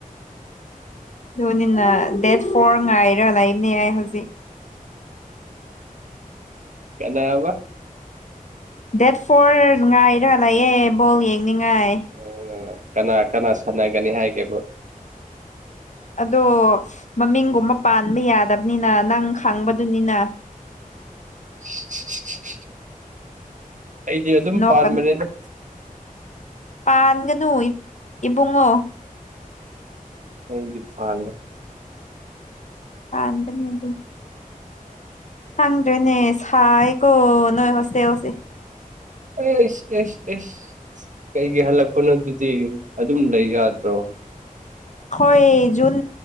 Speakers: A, on the left (about 55°); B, on the right (about 60°).
A: ꯑꯗꯨꯅꯤꯅ ꯗꯦꯠ ꯐꯣꯔ ꯉꯥꯏꯔꯥ ꯂꯩꯕꯅꯦ ꯌꯥꯏ ꯍꯧꯖꯤꯛ
B: ꯀꯩꯅꯕ
A: ꯗꯦꯠ ꯐꯣꯔ ꯉꯥꯏꯔꯥ ꯂꯩꯥꯛꯑꯦ ꯕꯣꯜ ꯌꯦꯡꯅꯤꯡꯉꯥꯏ
B: ꯑ, ꯀꯅꯥ ꯀꯅꯥ ꯁꯥꯟꯅꯒꯅꯤ ꯍꯥꯏꯒꯦꯕ
A: ꯑꯗꯣ ꯃꯃꯤꯡꯒꯨꯝꯕ ꯄꯥꯟꯕ ꯌꯥꯗꯕꯅꯤꯅ ꯅꯪ ꯈꯪꯕꯗꯨꯅꯤꯅ
B: <unintelligible> ꯑꯩꯗꯤ ꯑꯗꯨꯝ
A: ꯅꯣꯛꯀꯅꯨ
B: ꯄꯥꯟꯕꯅꯦꯗ
A: ꯄꯥꯟꯒꯅꯨ ꯏꯕꯨꯡꯉꯣ
B: ꯑꯩꯗꯤꯄꯥꯥꯂꯦ
A: ꯑꯗꯅꯤ ꯑꯗꯨ ꯍꯪꯗ꯭ꯔꯦꯅꯦ ꯍꯥꯏꯀꯣ ꯅꯣꯏ ꯍꯣꯁꯇꯦꯜꯁꯦ
B: ꯑꯦ ꯑꯩꯁ ꯑꯦꯁ ꯑꯦꯁ ꯀꯩꯒꯤ ꯍꯜꯂꯛꯄꯅꯣ ꯑꯗꯨꯗꯤ ꯑꯗꯨꯝ ꯂꯩ ꯌꯥꯗ꯭ꯔꯣ
A: ꯍꯣꯏ ꯖꯨꯟ